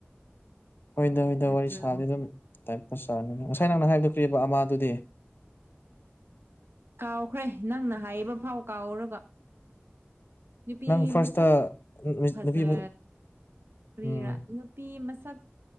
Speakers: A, on the left (about 60°); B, on the right (about 70°).
A: ꯍꯣꯏꯗ ꯍꯣꯏꯗ
B: ꯅꯠꯇ꯭ꯔꯣ
A: ꯋꯥꯔꯤ ꯁꯥꯗꯤ ꯑꯗꯨꯝ ꯆ ꯆꯥꯅꯤ ꯉꯁꯥꯏ ꯅꯪꯅ ꯍꯥꯏꯗꯈ꯭ꯔꯤꯕ ꯑꯃꯥꯗꯨꯗꯤ
B: ꯀꯥꯎꯈ꯭ꯔꯦ ꯅꯪꯅ ꯍꯥꯏꯔꯤꯕ ꯐꯥꯎ ꯀꯥꯎꯔꯒ ꯅꯨꯄꯤ
A: ꯅꯪ ꯐꯥꯔꯁꯇ
B: ꯃꯁꯛ ꯐꯖꯦ
A: ꯅꯨꯄꯤ
B: ꯀ꯭ꯔꯤꯔꯥ
A: ꯎꯝ
B: ꯅꯨꯄꯤ ꯃꯁꯛ